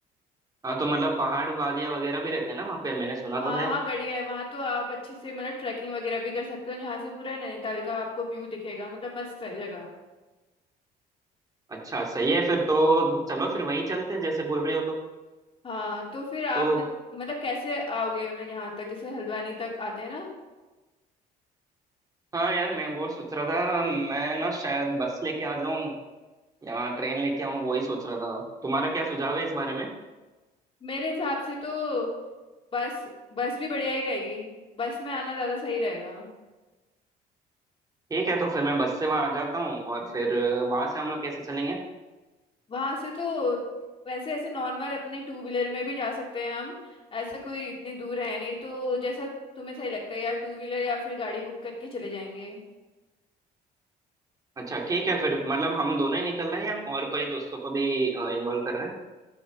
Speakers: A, on the right; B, on the left.
A: हाँ तो मतलब पहाड़ वादियाँ वगैरह भी रहते हैं ना वहाँ पे मैंने सुना
B: हाँ
A: तो है
B: हाँ बढ़िया है वहाँ तो आप अच्छे से मतलब ट्रैकिंग वगैरह भी कर सकते हो जहाँ से पूरा नैनीताल का आपको व्यू दिखेगा मतलब मस्त है जगह
A: अच्छा सही है फिर तो चलो फिर वहीं चलते हैं जैसे बोल रही हो तो
B: हाँ तो फिर आप
A: तो
B: मत- मतलब कैसे आओगे मतलब यहाँ तक जैसे हल्द्वानी तक आते हैं ना
A: हाँ यार मैं वो सोच रहा था मैं ना शायद बस लेके आ जाऊं यहाँ ट्रेन लेके आऊँ वही सोच रहा था तुम्हारा क्या सुझाव है इस बारे में
B: मेरे हिसाब से तो बस बस भी बढ़िया ही रहेगी बस में आना ज्यादा सही रहेगा
A: ठीक है तो फिर मैं बस से वहाँ आ जाता हूँ और फिर वहाँ से हम लोग कैसे चलेंगे
B: वहां से तो वैसे ऐसे नॉर्मल अपने टू व्हीलर में भी जा सकते हैं हम ऐसा कोई इतनी दूर है नहीं तो जैसा तुम्हें सही लगता है या टू व्हीलर या फिर गाड़ी बुक करके चले जाएंगे
A: अच्छा ठीक है फिर मतलब हम दोनों ही निकल रहे हैं या और कोई दोस्तों को भी इन्वॉल्व कर रहे हैं